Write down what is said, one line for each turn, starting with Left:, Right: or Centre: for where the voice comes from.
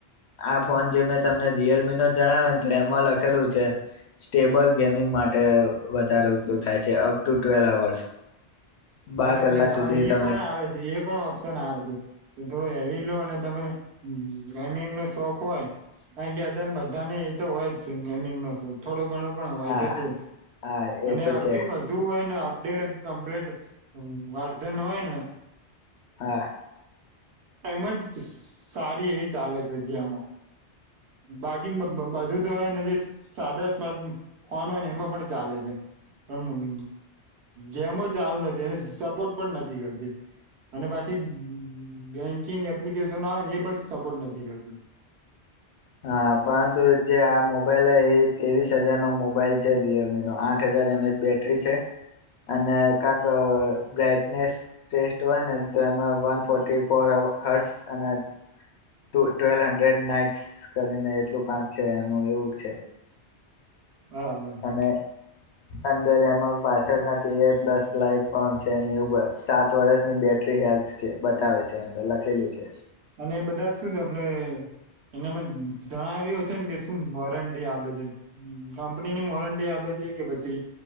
Left: આ ફોન જે મેં તમને રિયલમી નો જણાવ્યો ને તો એમાં લખેલું છે સ્ટેબલ ગેમિંગ માટે વધારે ઉપયોગ થાય છે અપ ટુ ટ્વેલ અવર્સ
Right: હા
Left: બાર
Right: એટલે
Left: કલાક
Right: હા
Left: સુધી
Right: એ
Left: તમે
Right: પણ આવે છે એ પણ ઓપ્શન આવે છે થોડો હેવી લોન તો તમે ગેમિંગ નો શોખ હોય કારણ કે બધાને એતો હોય જ ગેમિંગ નો શોખ થોડો ઘણો પણ હોયતો
Left: હા
Right: છે
Left: હા
Right: અને
Left: એ તો
Right: આંગ
Left: છે
Right: વધુ હોયને દેઢ કપ્લેડ હમ અડજણ હોયને <inaudible>
Left: હા
Right: એમ જ સારી એવી ચાલે છે ગેમો બાકી બધું તો હોને જે સાદા સ્માર્ટ ફોન હોય ને એમાં પણ ચાલે છે પણ ગેમો ચાલુ નથી એ સપોર્ટ પણ નથી કરતી અને પછી બેંકિંગ એપ્લિકેશન આવે એ પણ સપોર્ટ નથી કરતો
Left: હા પરંતુ જે આ મોબાઈલ હ એ ત્રેવીસ હજારનો મોબાઈલ છે રિયલમીનોો આઠ હજાર એમએચ બેટરી છે અને કંક બ્રાઈટનેસ બેસ્ટ હોય ને તો એમાં વન ફોર્ટી ફોર હટસ અને ટ્વેલ હન્ડ્રેડ નાઈટસ કરીને એટલું કંક છે એનું એવું છે
Right: <inaudible>
Left: અને અંદર એમાં પાછળ એઆઈ પ્લસ લાઈટ પણ છે ઉર સાત વર્ષની બેટરી હેલ્થ છે બતાવે છે અંદર લખેલી છે
Right: અને એ બધા શું તમને એનેમાં જણાવ્યું હશે ને કે શું વોરંટી આપે છે કંપનીની વોરંટી આપે છે કે પછી